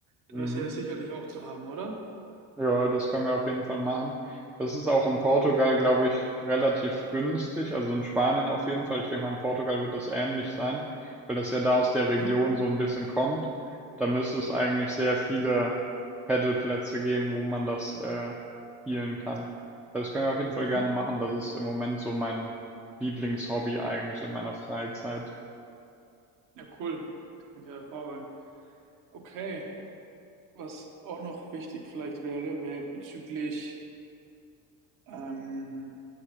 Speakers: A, on the right (about 55°); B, in the centre.
A: Du
B: Mhm.
A: wärst ja sicherlich auch zu haben, oder?
B: Ja, das können wir auf jeden Fall machen. Das ist auch in Portugal, glaube ich, relativ günstig. Also in Spanien auf jeden Fall. Ich denke mal, in Portugal wird das ähnlich sein, weil das ja da aus der
A: Mhm.
B: Region so ein bisschen kommt. Da müsste es eigentlich sehr viele Paddleplätze geben, wo man das äh, spielen kann. Also Das können wir auf jeden Fall
A: Mhm.
B: gerne machen. Das ist im Moment so mein Lieblingshobby eigentlich in meiner Freizeit.
A: Ja, cool. Das klingt ja hervorragend. Okay, was auch noch wichtig vielleicht wäre, wäre bezüglich ähm,